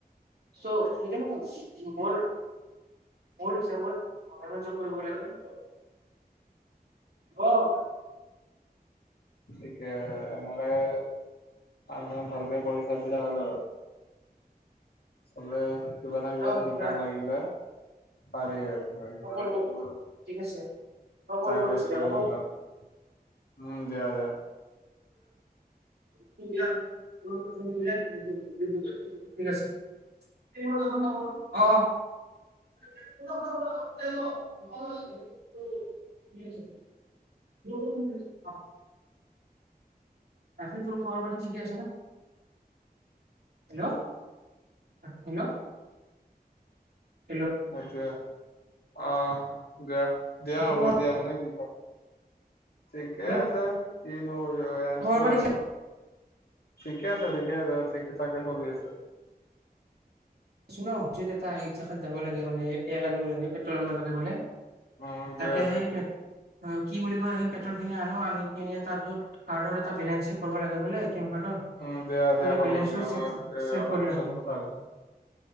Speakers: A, on the right (about 80°); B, on the left (about 80°).
A: ত' সেইকাৰণে মোৰ মোৰ হিচাপত গৰ্ভমেন্ট জব কৰিব লাগে আহ।
B: ঠিক এমা গাই <unintelligible> কাম চাম ভালকে কৰি খাইছিলে হলো চবে, <unintelligible> কিবা না কিবা
A: অ
B: এ
A: শুনা
B: শিকাত লাগিলে, পাৰি আৰ <unintelligible> কিবা
A: অ কৰিব
B: এটা শিকিব ল
A: ঠিক আছে মই কল
B: টাইম
A: কৰিছো
B: ৱেষ্ট
A: দে
B: কৰি
A: হ'ব।
B: উ <unintelligible> দ্বাৰা।
A: <unintelligible> <inaudible> অ। <unintelligible> <inaudible> অ। <unintelligible> বাকি তোৰ খবৰ পাতি ঠিকে আছে ন হেল্ল' হেল্ল'
B: এতিয়া, অ দিয়া দিয়া
A: বাকী
B: হ'ব
A: খবৰ
B: দিয়া নে কি ক? ঠিকে
A: মানে
B: আছে, কি ন কৰিব আছো
A: খবৰ পাতি
B: এনে।
A: ঠিক
B: ঠিকে আছে ঠিকে আছে ঠিক থাকে চলি আছে।
A: ন এটা জেগাত যাব লাগে মানে তেল আনিব লাগে পেট্ৰল আনিবলে
B: উম
A: তাকে
B: দিয়া
A: সেই
B: দিয়া
A: পে কি বুলি কয় সেই পেট্ৰল খিনি আনো আনি এহ তাৰ পিছত কাৰ্ডৰে এটা বেলেঞ্চে কৰিব লাগিব বোলে এটি এম কাৰ্ডৰ
B: উম দিয়া দিয়া
A: এই
B: হ'ব
A: বলেঞ্চটো
B: দিয়া
A: চেক
B: মই এ আপোনাৰ
A: কৰি
B: পিছত
A: আহো
B: কথা পাতিম